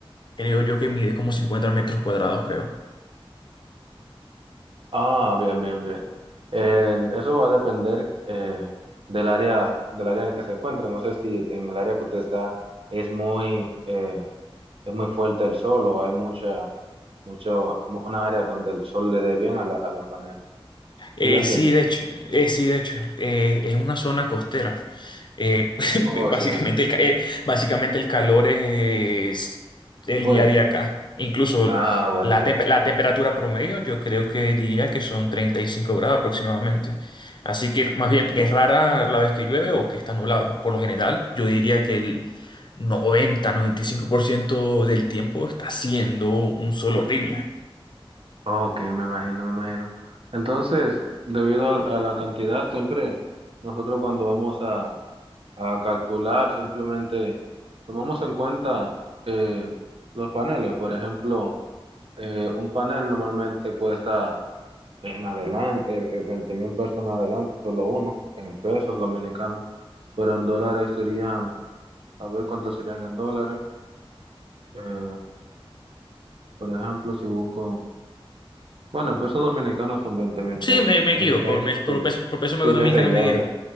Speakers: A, on the left; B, on the right.
A: Creo yo que mide como 50 metros cuadrados, creo.
B: Ah, bien, bien, bien. Eh, eso va a depender eh, del área, del área en el que se encuentra. No sé si en el área que usted está es muy, eh, es muy fuerte el sol o hay mucha, mucho, una área donde el sol le dé bien a, la- a los paneles.
A: Eh,
B: ¿Sí la tiene?
A: sí, de hecho, eh, sí, de hecho, eh, es una zona costera. Eh, <laughs>
B: Oh,
A: básicamente,
B: excelente.
A: el, ca- eh, básicamente el calor es, es
B: Fuerte.
A: el día a día acá. Incluso
B: Ah, bueno,
A: la,
B: bueno.
A: tempe- la temperatura promedio, yo creo que diría que son 35 grados aproximadamente. Así que más bien es rara la vez que llueve o que está nublado. Por lo general, yo diría que el noventa noventa y cinco por ciento del tiempo está siendo un sol horrible.
B: Ok, me imagino, me imagino. Entonces, debido a, a la cantidad, siempre nosotros cuando vamos a A calcular, simplemente tomamos en cuenta eh, los paneles. Por ejemplo, eh, un panel normalmente cuesta en adelante, eh, 20 mil pesos en adelante, solo uno, en pesos dominicanos, pero en dólares serían, a ver cuántos serían en dólares. Eh, por ejemplo, si busco, bueno, en pesos dominicanos son veinte mil
A: Sí,
B: pesos.
A: me, me guío,
B: Es que
A: por, mi- por,
B: si,
A: peso- por peso económico
B: si ya seguía,
A: me guío.